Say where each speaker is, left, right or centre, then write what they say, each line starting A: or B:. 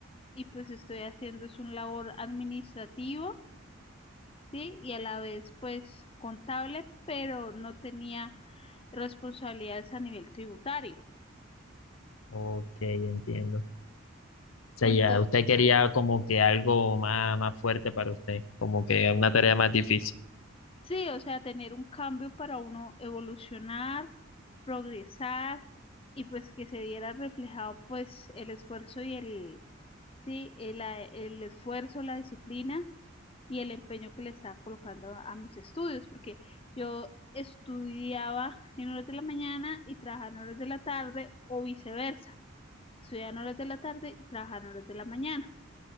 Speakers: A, on the left (about 25°); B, on the left (about 80°).
A: y pues estoy haciendo es un labor administrativo, sí, y a la vez pues contable, pero no tenía responsabilidades a nivel tributario.
B: Ok, entiendo. O sea,
A: Ento-
B: ya usted quería como que algo más, más fuerte para usted, como que una tarea más difícil.
A: Sí, o sea, tener un cambio para uno evolucionar, progresar y pues que se viera reflejado pues el esfuerzo y el, sí, el, la- el esfuerzo, la disciplina y el empeño que le estaba colocando a mis estudios, porque yo estudiaba en horas de la mañana y trabajaba en horas de la tarde o viceversa, estudiaba en horas de la tarde y trabajaba en horas de la mañana,